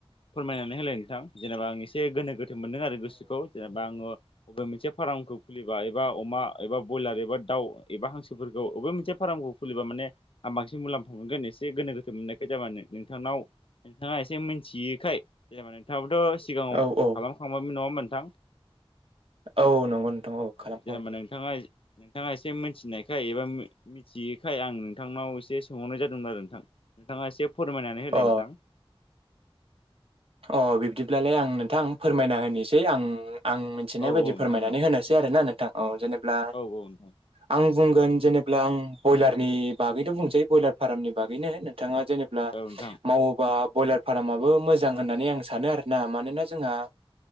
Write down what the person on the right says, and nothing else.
औ औ
औ नंगौ नोंथां
खालामखांबायमोन
आं अ
अ बिब्दिब्लालाय आं नोंथां फोरमायना होनोसै आं आं मिथिनाय
बायदि
फोरमायनानै
होनोसै आरोना नोंथां औ जेनेब्ला
आं बुंगोन जेनेबा आं बयलारनि बागैनो बुंसै बयलार फार्मनि बागैनो नोंथाङा जेनेबा
मावोबा बयलार फार्माबो मोजां मोजां होननानै आं सानो आरोना मानोना जोंहा